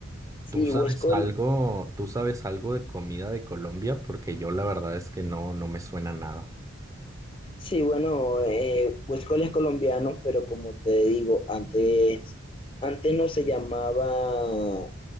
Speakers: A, on the left; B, on the right.
A: Sí,
B: ¿Tú sabes
A: Huesco
B: algo, tú sabes algo de comida de Colombia? Porque yo la verdad es que no, no me suena nada.
A: Sí, bueno, eh, Huescol es colombiano, pero como te digo, antes, antes no se llamaba